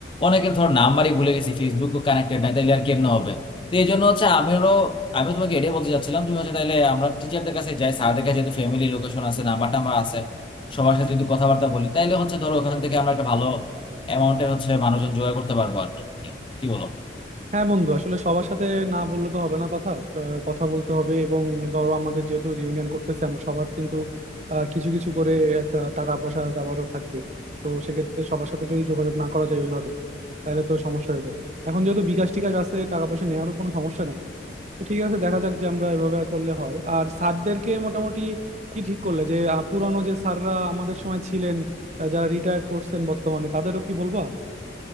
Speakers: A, on the left; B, on the right.
A: অনেকের ধর নাম্বারই ভুলে গেছি ফেসবুক কানেক্টেড নাই তাহলে আর কেমনে হবে তো এই জন্য হচ্ছে আমিও আমি তোমাকে এটাই বলতে চাচ্ছিলাম তুমি হচ্ছে তাহলে আমরা টিচারদের কাছে যাই স্যারদের কাছে যেহেতু ফ্যামিলি লোকেশন আছে নাম্বার টাম্বার আছে সবার সাথে যদি কথাবার্তা বলি তাইলে হচ্ছে ধরো ওখান থেকে আমরা একটা ভালো অ্যামাউন্টের হচ্ছে মানুষজন জোগাড় করতে পারবো আর কি কি বলো
B: হ্যাঁ বন্ধু আসলে সবার সাথে না বললে তো হবে না কথা আহ, কথা বলতে হবে এবং ধরো আমাদের যেহেতু রিউনিয়ন করতেছে আমরা সবার কিন্তু আহ, কিছু কিছু করে একটা টাকা পয়সার ব্যাপারও থাকবে তো সেক্ষেত্রে সবার সাথে যদি যোগাযোগ না করা যায় ওইভাবে তাহলে তো সমস্যা হয়ে যাবে এখন যেহেতু বিকাশ টিকাশ আছে টাকা পয়সা নেওয়ারও কোনো সমস্যা নাই তো ঠিক আছে দেখা যাক যে আমরা এভাবে করলে হয় আর স্যারদেরকে মোটামুটি কি ঠিক করলে যে আহ, পুরানো যে স্যাররা আমাদের সময় ছিলেন আহ, যারা রিটায়ার করছেন বর্তমানে তাদেরও কি বলবা